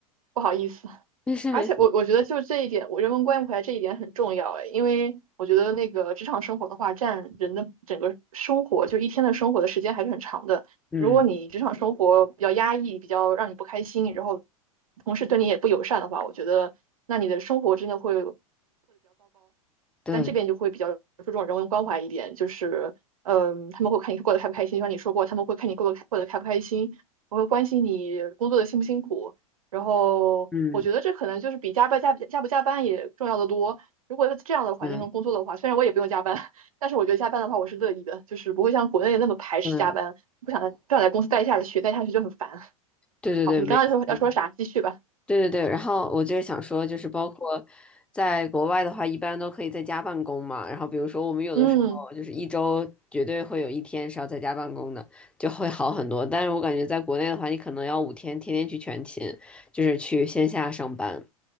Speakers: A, on the right; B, in the centre.
A: 不好意思。
B: 没事没事，
A: 而且我我觉得就这一点，我人文关怀这一点很重要哎，因为我觉得那个职场生活的话，占人的整个生活，就一天的生活的时间还是很长的。
B: 嗯，
A: 如果你职场生活比较压抑，比较让你不开心，然后同事对你也不友善的话，我觉得那你的生活真的会
B: 对，
A: 但这边就会比较注重人文关怀一点，就是嗯，呃他们会看你过得开不开心，就像你说过，他们会看你过得过得开不开心，我会关心你工作的辛不辛苦，然后我觉得这可能就是比加班加加不加班也重要的多。
B: 嗯，
A: 如果在这样的环境中工作的话，
B: 对，
A: 虽然我也不用加班，但是我觉得加班的话我是乐意的，就是不会像国内那么排斥加班，
B: 对，
A: 不想在不想在公司待下去，待下去就很烦。
B: 对对对，
A: 好，你刚刚说要说啥？
B: 没错。
A: 继续吧。
B: 对对对，然后我就是想说，就是包括在国外的话，一般都可以在家办公嘛。然后比如说我们有的时候就是一周绝对会有一天是要在家办公的，
A: 嗯
B: 就会好很多。但是我感觉在国内的话，你可能要五天天天去全勤，就是去线下上班。